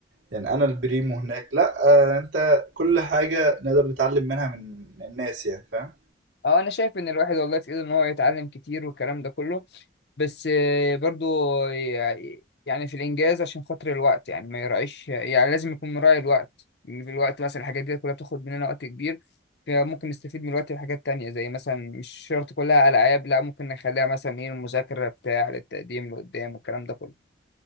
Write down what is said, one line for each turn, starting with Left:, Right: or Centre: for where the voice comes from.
Right: يعني انا البريمو هناك لا آه، انت كل حاجة نقدر نتعلم منها من الناس يعني فاهم
Left: اه انا شايف ان الواحد والله في ايده ان هو يتعلم كتير والكلام ده كله بس آه، برضو يع- يعني في الإنجاز عشان خاطر الوقت يعني ما يراعيش يعني لازم يكون مراعي الوقت إن في الوقت مثلا الحاجات دي كلها بتاخد مننا وقت كبير فممكن نستفيد من الوقت في حاجات تانية زي مثلا مش شرط كلها ألعاب لا ممكن نخليها مثلا إيه المذاكرة بتاع للتقديم لقدام والكلام ده كله